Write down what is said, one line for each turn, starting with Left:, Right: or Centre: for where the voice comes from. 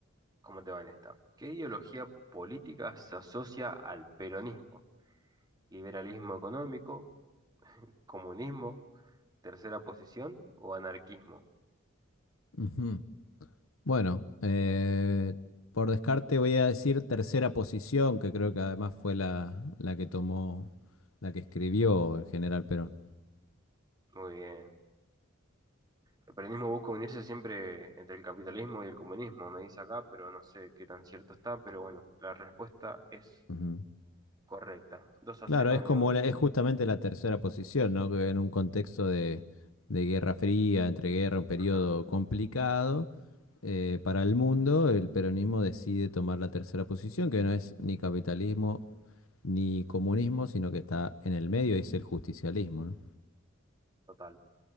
Right: cómo te va en esta. ¿Qué ideología política se asocia al peronismo? ¿Liberalismo económico, comunismo, tercera posición o anarquismo?
Left: Ujú. Bueno, eh, por descarte voy a decir tercera posición, que creo que además fue la, la que tomó, la que escribió el general Perón.
Right: Muy bien. El peronismo busca unirse siempre entre el capitalismo y el comunismo, me dice acá, pero no sé qué tan cierto está, pero bueno, la respuesta es
Left: Ujú.
Right: correcta. dos a
Left: Claro,
Right: cero
Left: es
Right: amigo.
Left: como la- es justamente la tercera posición, ¿no? Que en un contexto de, de Guerra Fría, entre guerra, un periodo
Right: Ujú,
Left: complicado eh, para el mundo, el peronismo decide tomar la tercera posición, que no es ni capitalismo ni comunismo, sino que está en el medio y es el justicialismo, ¿no?
Right: Total.